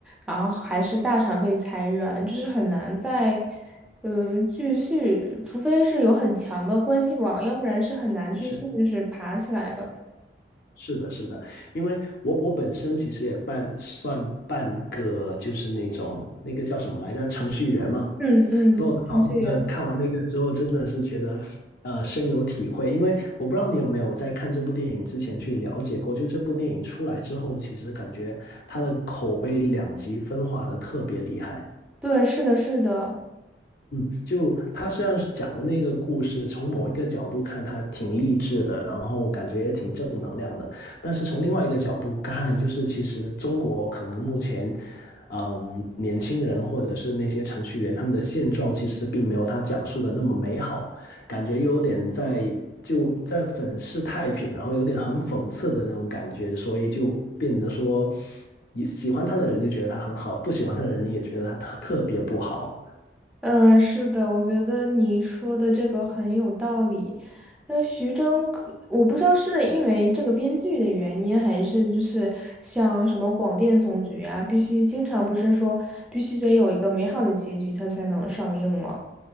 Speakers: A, in the centre; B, on the left.
A: 然后还是大厂被裁员，就是很难再，嗯、继续，除非是有很强的关系网，要不然是很难继续就是爬起来的。
B: 是是的，是的，因为我我本身其实也半算半个，就是那种那个叫什么来着，程序员嘛。
A: 嗯嗯，
B: 所以我看完那个看完那个之后，
A: 程序员，
B: 真的是觉得呃深有体会。因为我不知道你有没有在看这部电影之前去了解过，就这部电影出来之后，其实感觉它的口碑两极分化的特别厉害。
A: 对，是的，是的。
B: 嗯，就他虽然是讲的那个故事，从某一个角度看，他挺励志的，然后感觉也挺正能量的。但是从另外一个角度看，就是其实中国可能目前，嗯，年轻人或者是那些程序员，他们的现状其实并没有他讲述的那么美好，感觉又有点在就在粉饰太平，然后有点很讽刺的那种感觉，所以就变得说，喜喜欢他的人就觉得他很好，不喜欢他的人也觉得他特特别不好，
A: 嗯，是的，我觉得你说的这个很有道理。呃，徐峥可我不知道是因为这个编剧的原因，还是就是像什么广电总局啊，必须经常不是说必须得有一个美好的结局，它才能上映嘛。